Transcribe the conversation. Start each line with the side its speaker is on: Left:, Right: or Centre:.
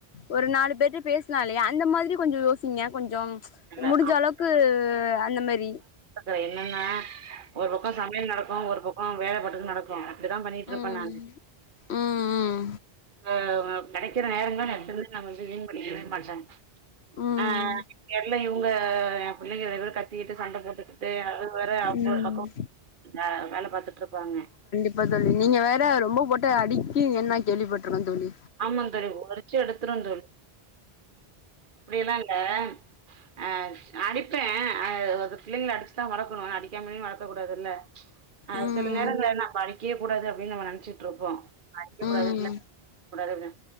Left: ஒரு நாலு பேர்ட்ட பேசனாலே அந்த மாத்ரி கொஞ்சோ யோசிங்க கொஞ்சொம்
Right: இல்ல
Left: முடிஞ்சளவுக்கு அந்த மாரி
Right: டக்கு என்னன்னா ஒரு பக்கோ சமையல் நடக்கு ஒரு பக்கோ வேல பாட்டுக்கு நடக்கு இப்டி தா பண்ணிட்ருப்பே
Left: ம்
Right: நானு
Left: ம்
Right: ஆ கெடைக்கிற நேரங்கள நா விட்டதுக்கு நா வந்து வீண் பண்ணிக்கவே மாட்டே
Left: ம்
Right: ஆ தெர்ல இவுங்க எ பிள்ளைங்க ரெண்டு பேரு க த்திட்டு சண்ட போட்டுக்கிட்டு அது வேற அவுங்க
Left: ம்
Right: ஒரு பக்கோ ஆ வேல பாத்துட்ருப்பாங்க
Left: இப்ப தோழி நீங்க வேற ரொம்ப போட்டு அடிக்கிங்கன்னு நா கேள்விப்பட்ருக்கே தோழி
Right: ஆமாந் தோழி உறுச்சு எடுத்துருவே தோழி அப்டியல்லா இல்ல ஆ அடிப்பே ஆ பிள்ளைங்கள அடிச்சுதா வளக்கணு அடிக்காமலயு வளக்க கூடாதுல்ல ஆ
Left: ம்
Right: சில நேரங்கள நம்ப அடிக்கவே கூடாது அப்டின் நம்ம நென ச்சுட்ருப்போ அடிக்ககூடாது
Left: ம்
Right: பிள்ள கூடாதுனு அப்பினு